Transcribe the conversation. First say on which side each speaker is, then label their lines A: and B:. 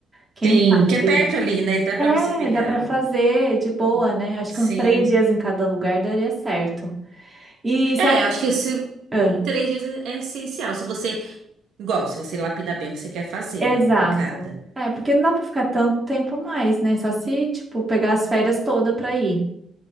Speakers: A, on the right (about 15°); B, on the right (about 75°).
A: Quem
B: Sim,
A: sabe?
B: que é perto ali, né? Dá pra
A: É,
B: você pegar
A: dá pra fazer
B: o...
A: de boa,
B: o-
A: né? Eu Acho
B: Sim.
A: que uns três dias em cada lugar daria certo. E
B: É,
A: você acha...
B: acho que esse
A: Ah,
B: três dias é é essencial. Se você, igual, se você lapidar bem o que você quer fazer,
A: exato.
B: né? Em cada.
A: É, porque não dá pra ficar tanto tempo mais, né? Só se, tipo, pegar as férias toda pra ir.